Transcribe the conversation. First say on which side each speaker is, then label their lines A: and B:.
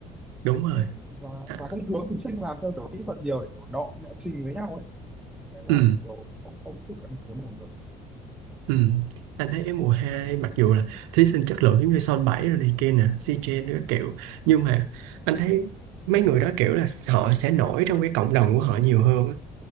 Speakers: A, on the right; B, in the centre.
A: đúng rồi
B: Ừ, và
A: À,
B: và cũng hướng thí sinh làm theo kiểu kỹ thuật nhiều để kiểu nọ nọ trình với nhau ấy nên là
A: ừ,
B: kiểu không không tiếp cận được với nhiều người
A: ừ. Anh thấy cái mùa 2 mặc dù là thí sinh chất lượng giống như Son 7 rồi này kia nè, C-Chen các kiểu nhưng mà anh thấy mấy người đó kiểu là họ sẽ nổi trong cái cộng đồng của họ nhiều hơn á.